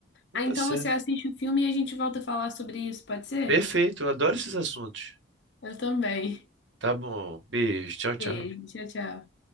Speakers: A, on the right; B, on the left.
A: Então
B: Ah,
A: tá
B: então
A: certo.
B: você assiste o filme e a gente volta a falar sobre isso, pode ser?
A: Perfeito, eu adoro esses assuntos.
B: Eu também.
A: Tá bom, beijo, tchau, tchau.
B: Beijo, tchau, tchau.